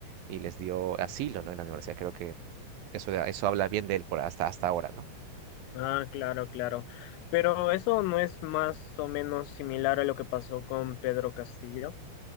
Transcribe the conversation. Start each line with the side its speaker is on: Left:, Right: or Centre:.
Right: y les dio asilo, ¿no? En la universidad. Creo que eso, eso habla bien de él por hasta, hasta ahora, ¿no?
Left: Ah, claro, claro. Pero eso no es más o menos similar a lo que pasó con Pedro Castillo.